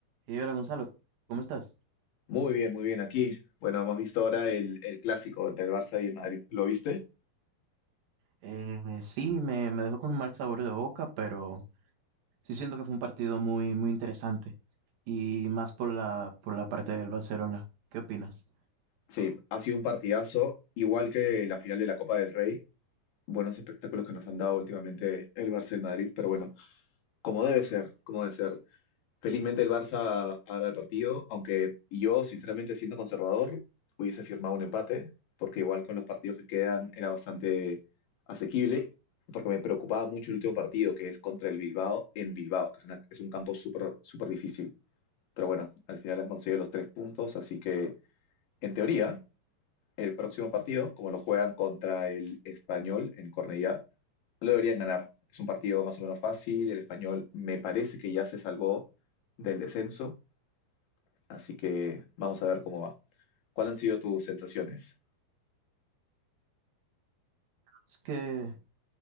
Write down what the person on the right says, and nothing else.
Y hola Gonzalo, ¿cómo estás?
Eh, sí, me, me dejó con un mal sabor de boca, pero sí siento que fue un partido muy, muy interesante. Y más por la, por la parte del Barcelona. ¿Qué opinas?
Es que,